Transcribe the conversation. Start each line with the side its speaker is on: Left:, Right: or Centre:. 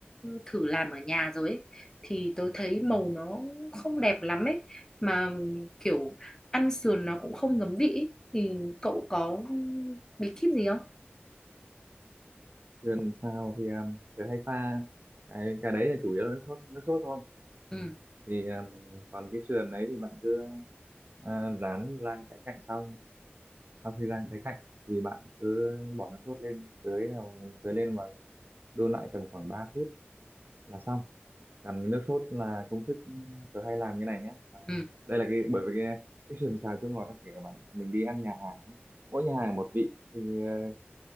Left: thử làm ở nhà rồi ấy, thì tớ thấy màu
Right: Ừ.
Left: nó không đẹp lắm ấy mà kiểu ăn sườn nó cũng không ngấm vị ấy. thì cậu có bí kíp gì không
Right: sườn xào thì um, thường hay pha cái cái đấy là chủ yếu là nước sốt nước sốt thôi
Left: ừ.
Right: thì um, còn cái sườn đấy thì bạn cứ à, rán rang trái cạnh xong sau khi rang trái cạnh thì bạn cứ bỏ nước sốt lên tưới vào- tưới lên và đun lại tầm khoảng 3 phút là xong còn nước sốt là công thức tớ hay làm như này nhé mà
Left: ừ
Right: đây là cái bởi vì cái cái sườn xào chua ngọt nó kể cả bạn mình đi ăn nhà hàng mỗi nhà hàng một vị thì ờ,